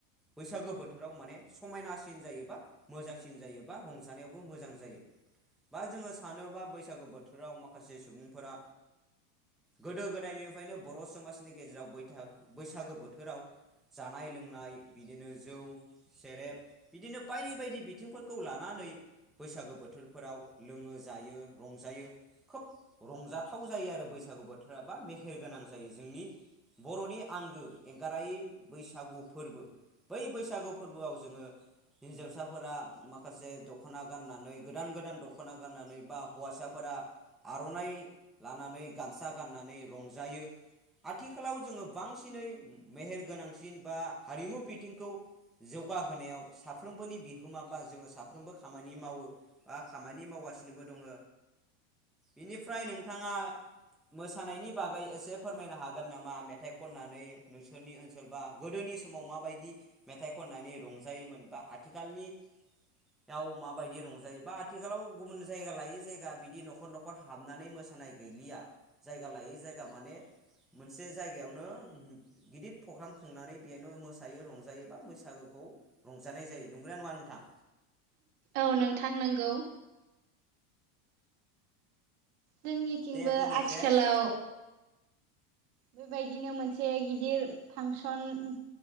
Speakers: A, in the centre; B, on the right.
A: बैसागो बोथोराव माने समायनासिन जायोबा मोजांसिन जायोबा रंजानायावबो मोजां जायो। बा जोङो सानोबा बैसागु बोथोराव माखासे सुबुंफोरा गोदो गोदायनिफ्रायनो बर' समाजनि गेजेराव बैसागो बोथोराव जानाय लोंनाय बिदिनो जौ सेरेब बिदिनो बायदि बायदि बिथिंफोरखौ लानानै बैसागो बोथोरफोराव लोङो जायो। रंजायो खोब रंजाथाव जायो आरो बैसागु बोथोरा बा मेहेर गोनां जायो। जों जोंनि बर'नि आंगो एंगारायै बैसागु फोरबो। बै बैसागु फोरबोआव जोङो हिनजावसाफोरा माखासे दख'ना गाननानै गोदान गोदान दख'ना गाननानै बा हौवासाफोरा आर'नाइ लानानै गामसा गाननानै रंजायो। आथिखालाव जोङो बांसिनै मेहेर गोनांसिन बा हारिमु बिथिंखौ जौगाहोनायाव साफ्रोमबोनि बिहोमा बा जोङो साफ्रोमबो खामानि मावो बा खामानि मावगासिनो। फनोबो <unintelligible> दङ बेनिफ्राय नोंथाङा। मोसानायनि बागै एसे फोरमायनो हागोन नामा मेथाइ खननानै नोंसोरनि ओनसोल बा गोदोनि नि समाव माबायदि मेथाइ खननानै रंजायोमोन बा आथिखालनि याव माबायदि रंजायो बा आथिखालाव गुबुन जायगा लायै जायगा बिदि न'खर न'खर हाबनानै मोसानाय गैलिया जायगा लायै जायगा माने मोनसे जायगायावनो गिदिर प्रग्राम खुंनानै बेयावनो मोसायो रंजायो बा बैसागोखौ खौ रंजानाय जायो नंगौना नङा नोंथां?
B: औ नोंथां नंगौ। जोंनिथिंबो
A: दे बुंदो
B: आथिखालाव
A: एसे
B: बेबायदिनो मोनसे गिदिर फांसन